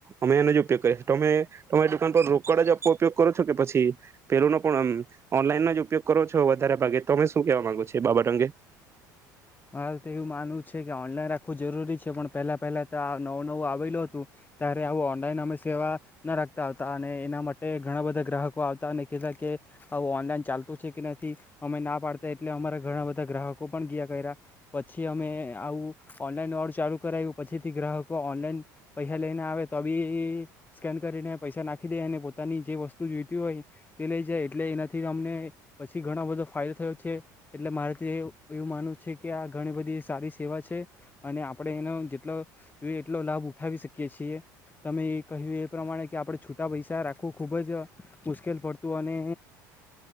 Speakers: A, on the right; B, on the left.
A: અમે એનો જ ઉપયોગ કરીએ તમે તમારી દુકાન પર રોકડ જ આપવા ઉપયોગ કરો છો કે પછી. પેલુંનો પણ ઓનલાઈનનો જ ઉપયોગ કરો છો વધારે ભાગે તો તમે શું કેવા માંગો છો એ બાબત અંગે.
B: મારે તો એવું માનવું છે કે ઓનલાઈન રાખવું જરૂરી છે પણ પહેલા પહેલા તો નવું નવું આવેલું હતું ત્યારે આવું ઓનલાઈન અમે સેવા ના રાખતા આવતા અને એના માટે ઘણા બધા ગ્રાહકો આવતા અને કહેતા કે આવું ઓનલાઈન ચાલતું છે કે નથી અમે ના પાડતા એટલે અમારા ઘણા બધા ગ્રાહક. કો પણ ગીયા કર્યા પછી અમે આવું ઓનલાઈન વાળું ચાલુ કરાવ્યું પછીથી ગ્રાહકો ઓનલાઈન પૈસા લઈને આવે તો બી સ્કેવાળુંને પૈસા નાખી દે અને પોતાની જે વસ્તુ જોઈતી હોય તે લઈ જાય એટલે એનાથી અમને પછી ઘણો બધો ફાયદો થયો છે એટલે મારેથી. એવું માનુંવું છે કે આ ઘણી બધી સારી સેવા છે અને આપણે એનો જેટલો જોઈએ એટલો લાભ ઉઠાવી શકીએ છીએ તમે એ કહ્યું એ પ્રમાણે કે આપણે છૂટા પૈસા રાખવું ખુબ જ મુશ્કેલ પડતું અને